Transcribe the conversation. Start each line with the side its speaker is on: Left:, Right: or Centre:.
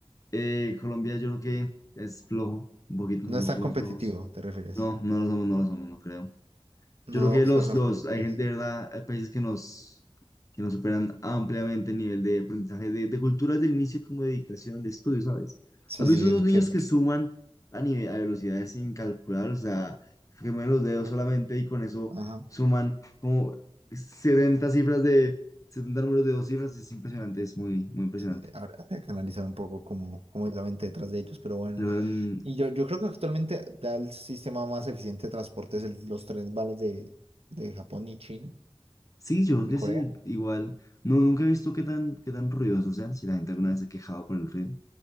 Left: Eh, Colombia yo creo que es flojo, un poquito
Right: no
Left: somos,
Right: es tan
Left: somos
Right: competitivo,
Left: flojos.
Right: ¿te refieres?
Left: No, no lo somos, no lo somos, no creo.
Right: No
Left: Yo creo que
Right: somos
Left: los,
Right: personas
Left: los,
Right: competitivas.
Left: hay gente de verdad, hay países que nos, que nos superan ampliamente el nivel de aprendizaje, de, de culturas del inicio como de dedicación de estudio, ¿sabes?
Right: Sí,
Left: ¿Has visto
Right: sí,
Left: esos
Right: el
Left: niños
Right: que, que-
Left: que suman a nivel, a velocidades sin calcular? O sea, que mueven los dedos solamente y con eso
Right: ajá,
Left: suman como 70 cifras de, 70 números de dos cifras, es impresionante, es muy, muy impresionante.
Right: sí, habrá habrá que analizar un poco cómo, cómo es la mente detrás de ellos, pero bueno,
Left: Logran
Right: y yo, yo creo que actualmente da el sistema más eficiente de transporte es el- los trenes balas de, de Japón y China
Left: Sí, yo creo
Right: y
Left: que
Right: Corea.
Left: sí, igual. No, nunca he visto qué tan, qué tan ruidosos sean, si la gente alguna vez se ha quejado por el ruido